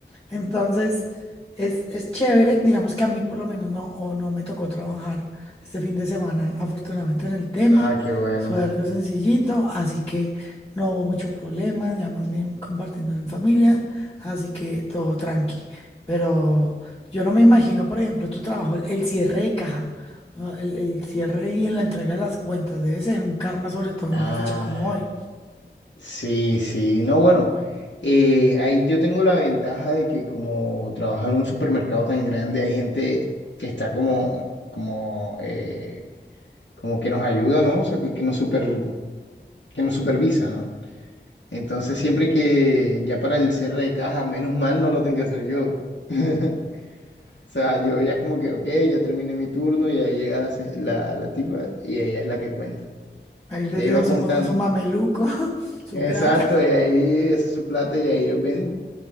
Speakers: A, on the left; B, on the left.
A: entonces es, es chévere, digamos que a mí por lo menos no, o no me tocó trabajar este fin de semana, afortunadamente en el tema,
B: Ah, qué bueno.
A: fue algo sencillito, así que no hubo mucho problema, ya más bien compartiendo en familia, así que todo tranqui. Pero yo no me imagino, por ejemplo, tu trabajo, el el cierre de caja, ¿no? el, el cierre y la entrega de las cuentas, debe ser un karma, sobre todo en
B: Ah.
A: una fecha como hoy.
B: Sí, sí, no, bueno, eh, ahí yo tengo la ventaja de que como trabajo en un supermercado tan grande, hay gente que está como, como, eh, como que nos ayuda, ¿no? O sea, que, que nos super, que nos supervisa, ¿no? Entonces, siempre que ya para el cierre de caja, menos mal no lo tengo que hacer yo. <laughs> O sea, yo ya es como que, ok, ya terminé mi turno y ahí llega la, se- la, la tipa y ella es la que cuenta.
A: Ahí les
B: Y ahí
A: dejo
B: va
A: su,
B: contando.
A: ma- su mameluco, <laughs>
B: <laughs>
A: su
B: Exacto,
A: plata.
B: y ahí esa es su plata y ahí ellos ven.